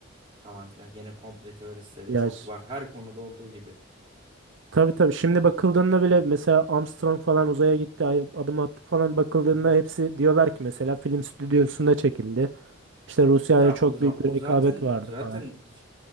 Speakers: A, on the right; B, on the right.
A: falan filan. Yine komple teoristleri
B: Ya
A: çok
B: ş-
A: var. Her konuda olduğu gibi.
B: tabii tabii. Şimdi bakıldığında bile mesela Armstrong falan uzaya gitti, ay- adım attı falan bakıldığında
A: Hı hı.
B: hepsi diyorlar ki mesela film stüdyosunda çekildi. İşte Rusya
A: Ya
B: ile çok
A: o, za-
B: büyük
A: o
B: bir
A: zaten
B: rekabet vardı
A: zaten
B: falan.
A: hiç-